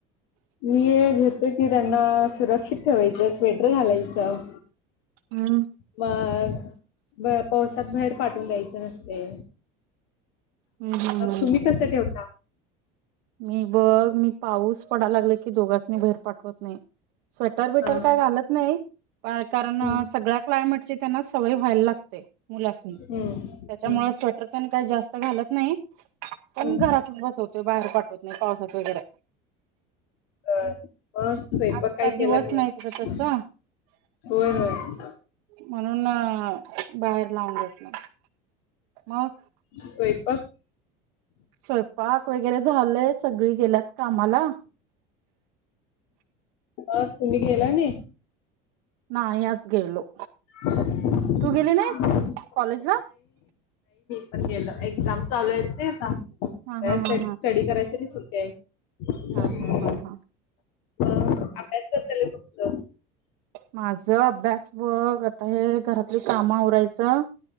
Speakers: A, on the left; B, on the right.
A: मी घेते की त्यांना सुरक्षित. ठेवायच स्वेटर घालायचं
B: हम्म.
A: मग. ब पावसात बाहेर पाठून द्यायचं नसते.
B: हम्म हम्म हम्म.
A: तुम्ही कसं ठेवता.
B: मी बघ मी पाऊस पडाला लागल की दोघांचनी बाहेर पाठवत नाही. स्वेटर बिटर
A: हा.
B: काय घालत नाही कारण
A: हम्म.
B: सगळ्या क्लायमेट. त्यांना सवय व्हायला लागते मुलासून.
A: हम्म.
B: त्याच्यामुळे
A: हम्म.
B: स्वेटर प काही जास्त घालत नाही पण
A: हम्म.
B: घरातच बसवतो बाहेर पडतो. नाही पावसात वगैरे.
A: बर. मग स्वयंपाक
B: आत्ता
A: काही केला
B: दिवस
A: नाही
B: तिकडं तसं
A: होय होय.
B: म्हणून बाहेर लावून घेतलं मग.
A: स्वयंपाक?
B: स्वयंपाक वगैरे झालंय सगळी गेल्यात कामाला
A: अ तुम्ही गेला नाही?
B: नाही आज गेलो.
A: टम
B: तू गेली
A: टम. <unintelligible>
B: नाहीस कॉलेजला?
A: पण गेलं एक्झाम चालू आहेेत नाही
B: हा हा
A: आता
B: हा
A: स्टडी करायच त सुट्टे आहे.
B: हा हा हा हा हा.
A: हा. अभ्यास करताल तुमच?
B: माझ अभ्यास बघ आता हे घरातली काम आरायचं.